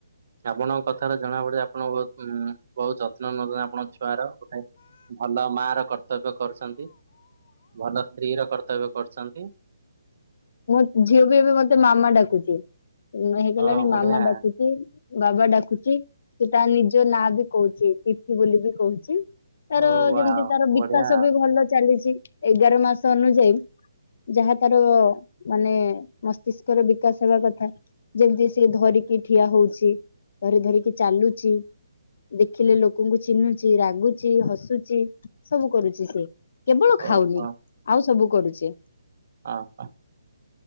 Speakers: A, on the right; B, on the left.
A: ଆପଣଙ୍କ କଥାରେ ଜଣା ପଡେ ଆପଣଙ୍କ ବହୁ ବହୁତ ଯ ନ ନ ଆପଣଙ୍କ ଛୁଆର ଗୋଟେ ଭଲ ମା ର କର କର୍ତ୍ତବ୍ୟ କରୁଛନ୍ତି ଭଲ ସ୍ତ୍ରୀ ର କର୍ତ୍ତବ୍ୟ କରୁଛନ୍ତି।
B: ମୋ ଝିଅ ବି ଏବେ ମତେ ମାମା ଡାକୁଚ ହେଇଗଲାଣି
A: ଓ ବଢିଆ
B: ମାମା ଡାକୁଛି ବାବା ଡାକୁଛି ସେ ତା ନିଜ ନାଁ ବି କହୁଛି ତିଥି ବୋଲି ବି କହୁଛି ତାର
A: ଓ ୱାଓ
B: ଯେମତି ତାର ବିକାଶ
A: ବଢିଆ
B: ବି ଭଲ ଚାଲିଛି। ଏଗାର ମାସ ଅନୁଯାୟୀ ଯାହା ତାର ମାନେ ମସ୍ତିଷ୍କ ର ବିକାଶ ହବା କଥା ଯେମିତି ସି ଧରିକି ଠିଆ ହଉଛି। ଧରି ଧରିକି ଚାଲୁଛି। ଦେଖିଲେ ଲୋକଙ୍କୁ ଚିହ୍ନୁଛି ରାଗୁଛି ହସୁଛି ସବୁ କରୁଛି ସେ କେବଳ
A: ଓହୋ
B: ଖାଉନି ଆଉ ସବୁ କରୁଚି।
A: ହଁ ହ